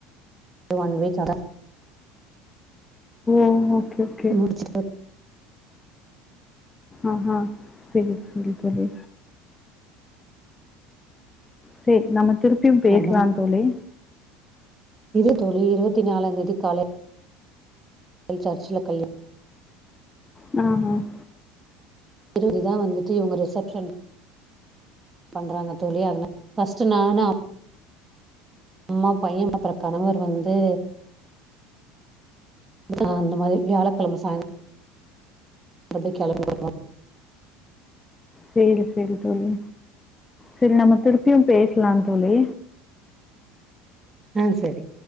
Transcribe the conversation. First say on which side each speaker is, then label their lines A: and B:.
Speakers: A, on the right; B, on the left.
A: ஒன் வீக் அடா
B: ஓ ஓகே ஓகே
A: <unintelligible>
B: ஆஹ்ஹா செரி செரி தோழி செர் நம்ம திருப்பியு
A: முடிச்சாங்க
B: பேசலா தோழி
A: இது தோழி இருவத்தி நாலாந் தேதி காலை சர்ச்ல கல்யா
B: மாகு <unintelligible>
A: இறுதிதா வந்துட்டு இவ்ங்க ரெசப்ஷன் பண்றாங்க தோழி அதனா ஃபஸ்ட்டு நானு அப் ம்மா பையன்ட அப்றொ கணவர் வந்து ஆ அந்த மாரி வியாழக்கெழம சாய் நல்லபடி கெளம்பிர்வோ
B: செரி செரி தோழி செரி நம்ம திருப்பியு பேசலா தோழி
A: ஆ செரி